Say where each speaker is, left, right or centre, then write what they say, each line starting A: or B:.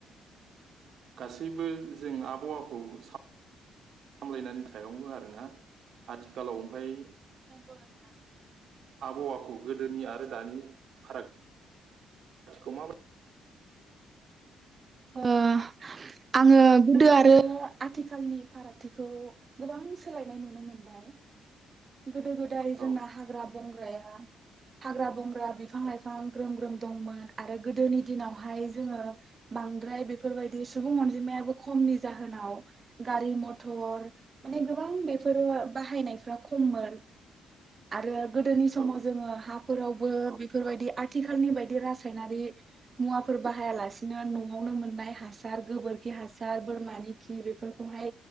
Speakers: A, on the right; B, on the right.
A: गासैबो जों आबहावाखौ साम-लायनायनि सायावबो आरोना आथिखालाव ओमफाय
B: नोंगौ नोंथां।
A: आबहावाखौ गोदोनि आरो दानि फाराग-थिखौ माबायदि
B: ओ आङो गोदो आरो आथिखालनि फारागथिखौ गोबां सोलायनाय नुनो मोनबाय। गोदो गोदाय जोंना
A: औ
B: हाग्रा बंग्राया हाग्रा-बंग्रा, बिफां-लाइफां ग्रोम ग्रोम दंमोन आरो गोदोनि दिनावहाय जोङो बांद्राय बेफोरबायदि सुबुं अनजिमायाबो खमनि जाहोनाव गारि मथर माने गोबां बेफोरो बाहायनायफ्रा ख खममोन आरो गोदोनि समाव
A: औ
B: जोङो हा फोरावबो बेफोरबायदि आथिखालनि बायदि रासायनारि मुवाफोर बाहायालासिनो न'आवनो मोननाय हासार गोबोरखि हासार बोरमानि खि बेफोरखौहाय